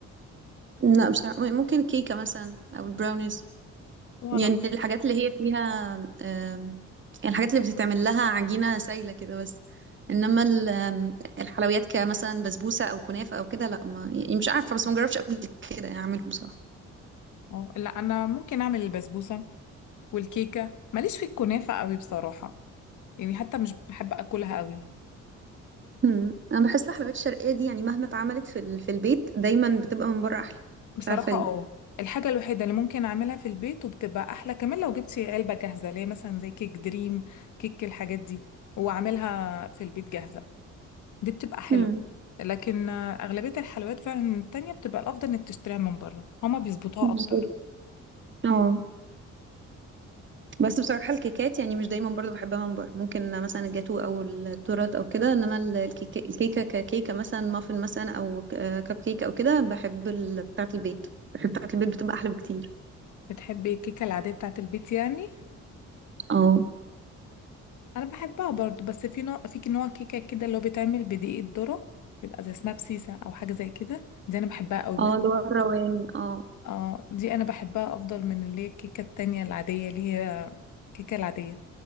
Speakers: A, on the right; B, on the left.
A: لا بصراحة م- ممكن كيكة مثلا أو البراونيز
B: وانا
A: يعني الحاجات اللي هي فيها آم، يعني الحاجات اللي بتتعمل لها عجينة سايلة كده بس إنما ال- آم، الحلويات كمثلا بسبوسة أو كنافة أو كده لا ما يعني مش عارفة بس ما جربتش قبل كده يعني أعملهم بصراحة
B: اه لا انا ممكن اعمل البسبوسه والكيكه ماليش في الكنافه قوي بصراحه يعني حتى مش بحب اكلها قوي
A: مم. أنا بحس الحلويات الشرقية دي يعني مهما اتعملت في ال- في البيت دايما بتبقى من بره أحلى
B: بصراحه
A: مش عارفة ليه
B: اه الحاجه الوحيده اللي ممكن اعملها في البيت وبتبقى احلى كمان لو جبتي علبه جاهزه اللي هي مثلا زي كيك دريم كيك الحاجات دي واعملها في البيت جاهزه دي بتبقى حلوه
A: مم.
B: لكن آه، اغلبيه الحلويات فعلا التانية بتبقى الافضل انك تشتريها من بره هما بيظبطوها
A: بالظبط
B: اكتر
A: اه بس بصراحة الكيكات يعني مش دايما برضو بحبها من بره ممكن مثلا الجاتو او التورت او كده انما ال- الكيكة الكيكة ككيكة مثلا مافن مثلا او كب كيك او كده بحب ال- بتاعة البيت بحب بتاعة البيت بتبقى احلى بكتير
B: بتحبي الكيكه العاديه بتاعت البيت يعني
A: اه
B: انا بحبها برضو بس في نوع في نوع كيكه كده اللي هو بيتعمل بدقيق الذره بيبقى زي اسمها بسيسه او حاجه زي كده دي انا بحبها قوي بف...
A: اه اللي هو الرواني اه
B: اه دي انا بحبها افضل من اللي هي الكيكه التانية العاديه اللي هي الكيكه العاديه